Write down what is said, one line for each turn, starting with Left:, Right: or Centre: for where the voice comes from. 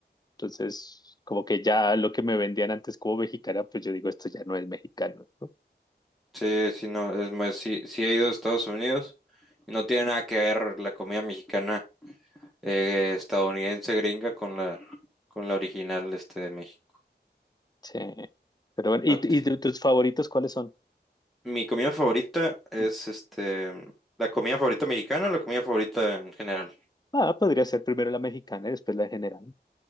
Left: Entonces, como que ya lo que me vendían antes como mexicana, pues yo digo, esto ya no es mexicano, ¿no?
Centre: Sí, sí, no, es más, sí, sí he ido a Estados Unidos y no tiene nada que ver la comida mexicana eh, estadounidense gringa con la con la original este de México.
Left: Sí. Pero bueno, ¿y,
Centre: No te-
Left: y tu- tus favoritos cuáles son?
Centre: Mi comida favorita es
Left: Mm.
Centre: este la comida favorita mexicana o la comida favorita en general.
Left: Ah, podría ser primero la mexicana y después la de general.